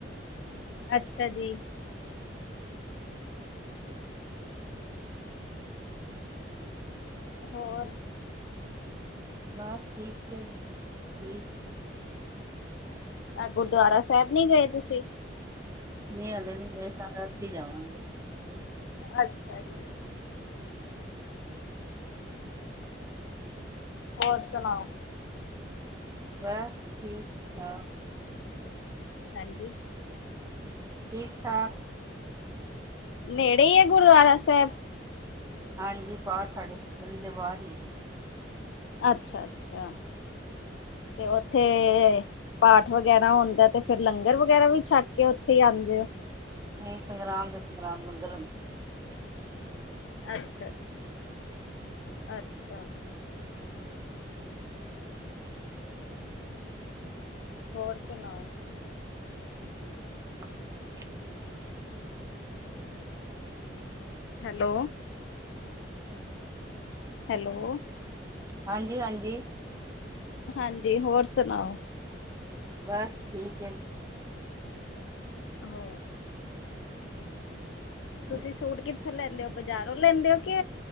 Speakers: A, on the left; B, on the right.
A: ਅੱਛਾ ਜੀ।
B: <inaudible>
A: ਹੋਰ?
B: ਬਸ, ਠੀਕ ਹੈ ਠੀਕ।
A: ਗੁਰਦੁਆਰਾ ਸਾਹਿਬ ਨੀ ਗਏ ਤੁਸੀਂ?
B: ਨੀ ਹਲੇ ਨੀ ਗਏ, ਰਾਤ ਹੀ ਜਾਵਾਂਗੇ।
A: ਅੱਛਾ ਜੀ। ਹੋਰ ਸੁਣਾਓ?
B: ਬਸ, ਠੀਕ -ਠਾਕ।
A: ਹਾਂਜੀ।
B: ਠੀਕ -ਠਾਕ।
A: ਨੇੜੇ ਹੀ ਹੈ ਗੁਰਦੁਆਰਾ ਸਾਹਿਬ।
B: ਹਾਂਜੀ, ਬਾਹਰ ਸਾਡੇ ਗਲੀ ਦੇ ਬਾਹਰ ਹੀ ਹੈ।
A: ਅੱਛਾ-ਅੱਛਾ ਤੇ ਉਥੇ, ਤੇ, ਪਾਠ ਵਗੈਰਾ ਹੁੰਦਾ, ਤੇ ਫੇਰ ਲੰਗਰ ਵਗੈਰਾ ਵੀ ਛੱਡ ਕੇ ਉੱਥੇ ਹੀ ਆਂਦੇ ਹੋ।
B: ਨਹੀਂ, ਸੰਗਰਾਂਦ ਦੇ ਸੰਗਰਾਂਦ ਲੰਗਰ
A: ਅੱਛਾਜੀ, ਅੱਛਾ- ਅੱਛਾ। ਹੋਰ ਸੁਣਾਓ?
B: <inaudible>
A: ਹੈਲੋ, ਹੈਲੋ,
B: ਹਾਂਜੀ-ਹਾਂਜੀ।
A: ਹਾਂਜੀ, ਹੋਰ ਸੁਣਾਓ?
B: ਬਸ ਠੀਕ ਹੈ ਜੀ,
A: ਹੋਰ?
B: ਹੂੰ,
A: ਤੁਸੀਂ ਸੂਟ ਕਿੱਥੋਂ ਲੈਂਦੇ ਹੋ, ਬਜ਼ਾਰੋਂ ਲੈਂਦੇ ਹੋ, ਕਿ